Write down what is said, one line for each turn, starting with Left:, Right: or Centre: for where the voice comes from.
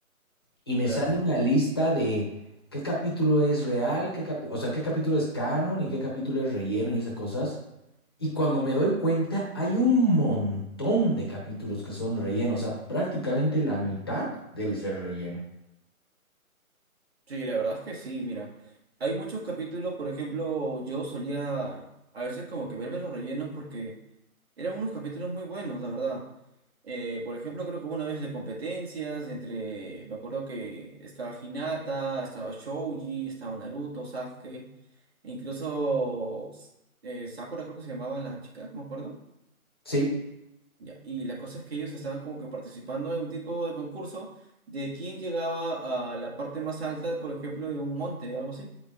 Left: y me
Right: Claro.
Left: sale una lista de qué capítulo es real, qué capi- o sea, qué capítulo es canon y qué capítulo es relleno y esas cosas. Y cuando me doy cuenta, hay un montón de capítulos que son relleno, o sea, prácticamente la mitad debe ser relleno.
Right: Sí, la verdad es que sí, mira. Hay muchos capítulos, por ejemplo, yo solía a veces como que verme los rellenos porque... Eran unos capítulos muy buenos, la verdad. Eh, por ejemplo, creo que hubo una vez de competencias entre, me acuerdo que estaba Hinata, estaba Shouji, estaba Naruto, Sasuke, e incluso eh, Sakura creo que se llamaba la chica, me acuerdo.
Left: Sí.
Right: Ya. Y la cosa es que ellos estaban como que participando en un tipo de concurso de quién llegaba a la parte más alta, por ejemplo, de un monte, algo así.